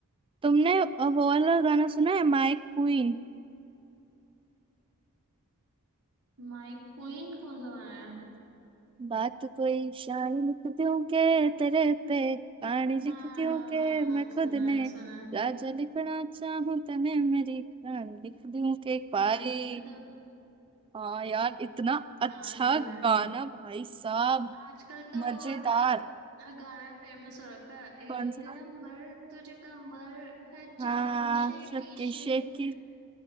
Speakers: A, on the right; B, on the right.
A: तुमने अब वो वाला गाना सुना है माय क्वीन
B: माई क्वीन कौन सा गाना है
A: बात तो कोई शायरी लिखती हूँ के तेरे पे कहानी लिखती
B: हाँ हाँ
A: हूँ के
B: हाँ
A: मैं
B: हाँ, सुना
A: खुद ने
B: है सुना
A: राजा लिखना चाहूँ तने मेरी रानी लिख दूँ के भाई
B: है रानी लिख दो
A: हाँ यार इतना अच्छा
B: हाँ सुना
A: गाना
B: है
A: भाई साहब
B: आजकल तो
A: मजेदार
B: वो वाला अ, गाना फेमस हो रखा है एक
A: कौन सा
B: नंबर तुझे कंबर है
A: हाँ
B: चाल शेकी
A: शक्की
B: शेकी
A: शेकी